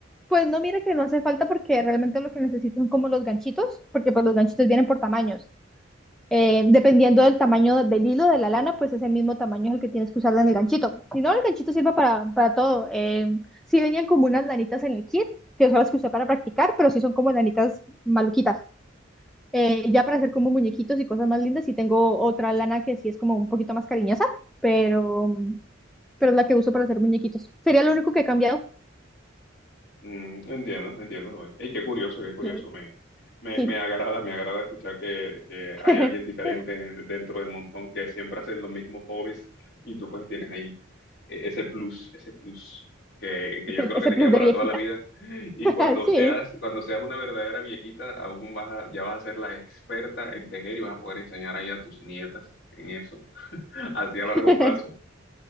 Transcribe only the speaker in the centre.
Pues no, mira que no hace falta porque realmente lo que necesito son como los ganchitos, porque pues los ganchitos vienen por tamaños. Eh, dependiendo del tamaño del hilo de la lana, pues ese mismo tamaño es el que tienes que usar en el ganchito. Si no, el ganchito sirve para, para todo. Eh, sí venían como unas lanitas en el kit, que son las que usé para practicar, pero sí son como lanitas maluquitas. Eh, ya para hacer como muñequitos y cosas más lindas, sí tengo otra lana que sí es como un poquito más cariñosa, pero, pero es la que uso para hacer muñequitos. Sería lo único que he cambiado.
Sí.
Sí.
<laughs>
Ese,
ese
plus
de viejita.
<laughs>
Sí.
<laughs>